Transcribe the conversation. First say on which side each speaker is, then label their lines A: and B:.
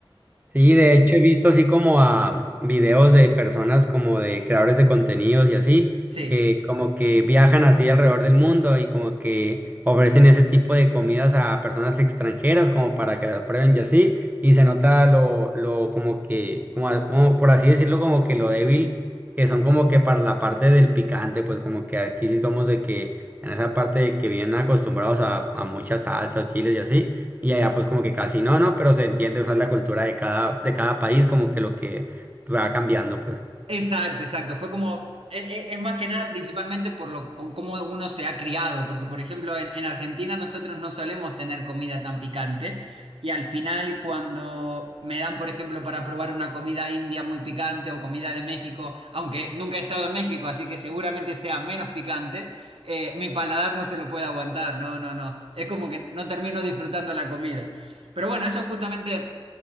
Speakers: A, on the right; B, on the right.
A: Sí, de hecho he visto así como a videos de personas como de creadores de contenidos y así,
B: Sí.
A: que como que viajan así alrededor del mundo y como que ofrecen ese tipo de comidas a personas extranjeras como para que las prueben y así, y se nota lo, lo como que, como, a- como por así decirlo, como que lo débil que son como que para la parte del picante, pues como que aquí sí somos de que en esa parte de que vienen acostumbrados a, a mucha salsa o chiles y así y allá pues como que casi no, no, pero se entiende, o sea, la cultura de cada, de cada país como que lo que va cambiando, pues.
B: Exacto, exacto. Fue como, e- e- es, más que nada principalmente por lo, con cómo uno se ha criado, porque por ejemplo en, en Argentina nosotros no solemos tener comida tan picante y al final cuando me dan, por ejemplo, para probar una comida india muy picante o comida de México, aunque nunca he estado en México, así que seguramente sea menos picante, eh, mi paladar no se lo puede aguantar, no, no, no. Es como que no termino disfrutando la comida. Pero bueno, eso es justamente...